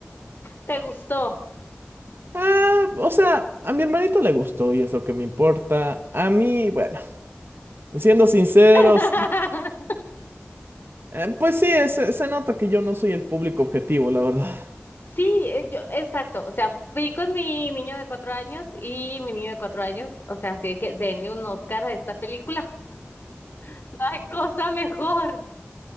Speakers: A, on the left (about 55°); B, on the right (about 60°).
A: ¿Te gustó?
B: Ah, o sea, a mi hermanito le gustó y es lo que me importa. A mí, bueno, siendo sinceros,
A: <laughs>
B: eh, pues sí, se se nota que yo no soy el público objetivo, la verdad.
A: Sí, eh, yo, exacto. O sea, fui con mi niño de cuatro años y mi niño de cuatro años, o sea, así de que denle un Oscar a esta película. <laughs> ¡Ay, cosa mejor!